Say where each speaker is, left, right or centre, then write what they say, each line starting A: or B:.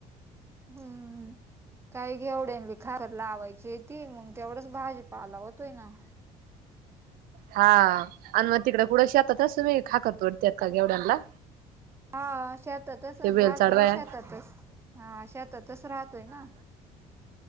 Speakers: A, on the right; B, on the right.
A: हम्म. काही घेवढ लि खा लावायची ती मग तेवढच भाजीपालावतय ना.
B: हा आणि मग तिकडे कुडं शेतातच तुम्ही खाकतोडतात का गेवड्यांला.
A: हा शेतातच
B: बेल
A: राहतो
B: चाडवाया
A: शेतातच हा शेतातच राहतोय ना.